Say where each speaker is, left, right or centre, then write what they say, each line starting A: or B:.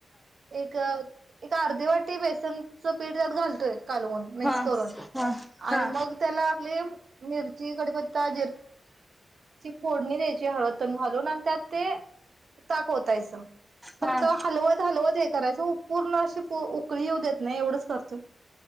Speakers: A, on the right; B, in the centre.
A: एक एक अर्धी वाटी बेसनचं पीठ त्यात घालतोय. कालवून, मिक्स
B: हा
A: करुन
B: हा
A: आणि
B: हा
A: मग त्याला आपली मिर्ची कडीपत्ता ची फोडणी द्यायची हळ तून घालून न त्यात ते ताक होतायच फक्त
B: हा
A: हलवत हलवत हे करायचं पूर्ण अशी उकळी येऊ देत नाही एवढच करतोय.